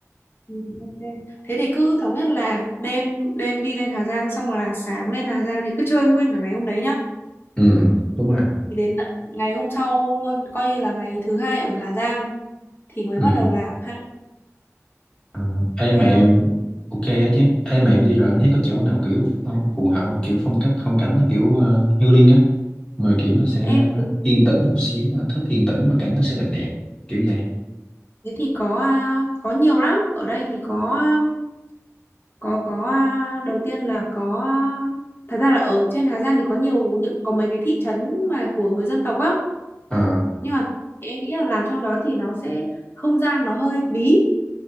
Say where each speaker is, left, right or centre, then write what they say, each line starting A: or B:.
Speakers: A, on the left; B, on the left.
A: Ừ, ok. Thế thì cứ thống nhất là đêm đêm đi lên Hà Giang xong rồi là sáng lên Hà Giang thì cứ chơi nguyên cả ngày hôm đấy nhá.
B: ừ đúng rồi
A: Thì đến tận ngày hôm sau luôn, coi như là ngày thứ hai ở Hà Giang thì mới bắt
B: ừ
A: đầu làm ha.
B: ừ. Ê
A: Ok
B: mà em
A: không?
B: ok á chứ Ê mà em đi rồi em thấy có chỗ nào kiểu phong- phù hợp không kiểu phong cách phong cảnh nó kiểu uh, healing á mà kiểu nó sẽ
A: Em
B: yên tĩnh một xíu anh thích yên tĩnh mà cảnh nó sẽ đẹp đẹp kiểu vậy
A: thế thì có à, có nhiều lắm. Ở đây thì có à, có có à, đầu tiên là có à, thật ra là ở trên Hà Giang thì có nhiều những có mấy cái thị trấn mà của người dân tộc á.
B: Ờ,
A: Nhưng mà em nghĩ là làm trong đó thì nó sẽ không gian nó hơi bí